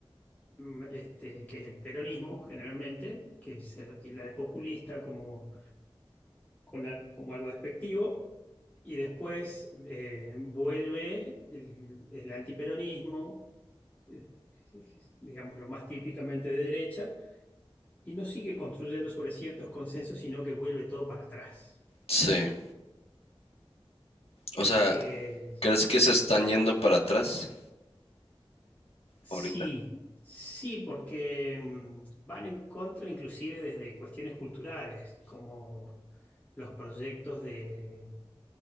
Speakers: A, on the left; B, on the left.
A: mm, este, que es el peronismo, generalmente, que se lo tilda de populista como, con al- como algo despectivo, y después eh, vuelve el, el antiperonismo, eh, digamos lo más típicamente de derecha, y no sigue construyendo sobre ciertos consensos, sino que vuelve todo para atrás.
B: sí. O sea,
A: Eh,
B: ¿Crees que se están yendo para atrás?
A: Sí,
B: ahorita.
A: sí, porque mm, van en contra inclusive desde cuestiones culturales, como los proyectos de,